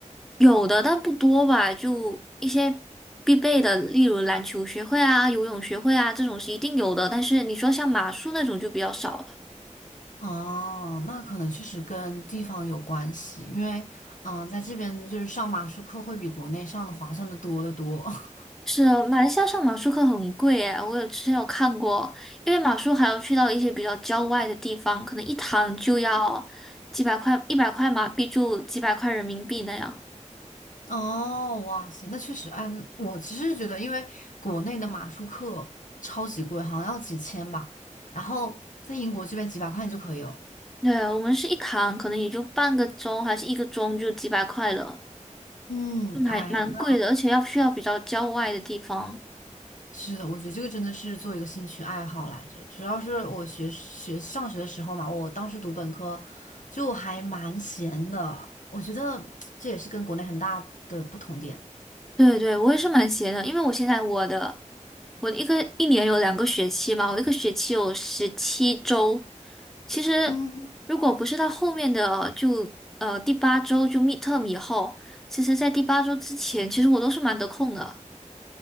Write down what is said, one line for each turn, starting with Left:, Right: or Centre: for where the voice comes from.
Centre: 有的但不多吧，就一些必备的，例如篮球学会啊、游泳学会啊这种是一定有的，但是你说像马术那种就比较少了。
Left: 哦，那可能确实跟地方有关系，因为，嗯、在这边就是上马术课会比国内上的划算的多得多。<laughs>
Centre: 是啊，马来西亚上马术课很贵诶，我有之前有看过，因为马术还要去到一些比较郊外的地方，可能一堂就要几百块，一百块马币就几百块人民币那样。
Left: 哦，哇塞，那确实，嗯，我其实觉得，因为国内的马术课超级贵，好像要几千吧，然后在英国这边几百块钱就可以了。
Centre: 对，我们是一堂，可能也就半个钟还是一个钟就几百块了，
Left: 嗯，
Centre: 就蛮蛮贵的，
Left: 哎，那
Centre: 而且要去到比较郊外的地方。
Left: 是的，我觉得这个真的是做一个兴趣爱好来着。主要是我学学上学的时候嘛，我当时读本科就还蛮闲的，我觉得这也是跟国内很大的不同点。
Centre: 对对，我也是蛮闲的，因为我现在我的我的一个一年有两个学期嘛，我一个学期有十七周。其实如果不是到后面的就呃第八周就
Left: 嗯，
Centre: midterm 以后，其实在第八周之前，其实我都是蛮得空的。